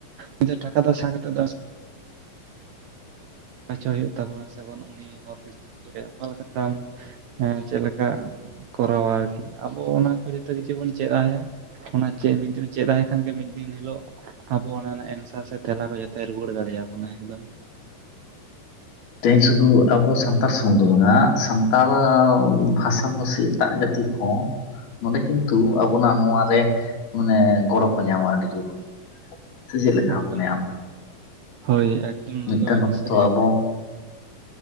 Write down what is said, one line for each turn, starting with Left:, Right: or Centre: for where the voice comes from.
Right: ᱱᱤᱡᱮᱨ ᱴᱟᱠᱟ ᱫᱚ ᱥᱮᱬᱟ ᱠᱟᱛᱮ ᱫᱚ ᱦᱚᱪᱚ ᱦᱩᱭᱩᱜ ᱛᱟᱵᱚᱱᱟ ᱥᱮ ᱟᱵᱚᱱ ᱩᱱᱤ ᱦᱚᱨ ᱚᱠᱟᱞᱮᱠᱟ ᱛᱟᱢ ᱪᱮᱫ ᱞᱮᱠᱟ ᱠᱚᱨᱟᱣᱟ ᱟᱨᱠᱤ ᱟᱵᱚ ᱚᱱᱟ ᱠᱚ ᱡᱚᱛᱚ ᱠᱤᱪᱷᱩ ᱵᱚᱱ ᱪᱮᱫ ᱟᱭᱟ ᱾ ᱚᱱᱟ ᱪᱮᱫ ᱢᱤᱫᱤᱱ ᱪᱮᱫᱟᱭᱠᱷᱟᱱ ᱜᱮ ᱢᱤᱫ ᱫᱤᱱ ᱦᱤᱞᱳ ᱟᱵᱚ ᱚᱱᱟ ᱨᱮᱱᱟᱜ ᱮᱱᱥᱟᱨ ᱥᱮ ᱛᱮᱞᱟ ᱠᱚ ᱡᱚᱛᱚ ᱨᱩᱣᱟᱹᱲ ᱫᱟᱲᱮᱭᱟᱵᱚᱱᱟ ᱮᱠᱫᱚᱢ ᱾
Left: ᱛᱮᱦᱤᱧ ᱥᱩᱫᱷᱩ ᱟᱵᱚ ᱥᱟᱱᱛᱟᱲ ᱥᱩᱢᱩᱝ ᱫᱚ ᱵᱟᱝᱸᱟ ᱥᱟᱱᱛᱟᱲ ᱵᱷᱟᱥᱟ ᱵᱷᱟᱜᱤ ᱮᱴᱟᱜ ᱡᱟᱹᱛᱤ ᱦᱚᱸ ᱱᱚᱰᱮ ᱠᱤᱱᱛᱩ ᱟᱵᱚᱱᱟᱜ ᱱᱚᱟᱨᱮ ᱢᱟᱱᱮ ᱜᱚᱲᱚ ᱠᱚ ᱧᱟᱢᱟ ᱟᱹᱰᱤ ᱡᱳᱨ ᱾ ᱥᱮ ᱪᱮᱫ ᱞᱮᱠᱟ
Right: ᱮᱠᱫᱚᱢ
Left: ᱢᱚᱱᱮᱼᱟ ᱟᱢ
Right: ᱦᱳᱭ ᱮᱠᱫᱚᱢ ᱱᱚᱣᱟ
Left: ᱢᱤᱫᱴᱮᱱ
Right: ᱫᱚ
Left: ᱚᱠᱛᱚ
Right: ᱥᱟᱹᱨᱤ ᱠᱟᱛᱷᱟ
Left: ᱟᱵᱚ